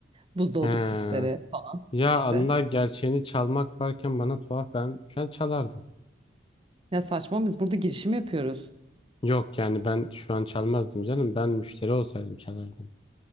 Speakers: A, on the right (about 30°); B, on the left (about 30°).
A: Buzdolabı
B: He.
A: süsleri
B: Ya
A: işte.
B: anılar gerçeğini çalmak varken bana tuhaf ben ben çalardım.
A: Ya saçma biz burada girişim yapıyoruz.
B: Yok yani ben şu an çalmazdım canım. Ben müşteri olsaydım çalardım.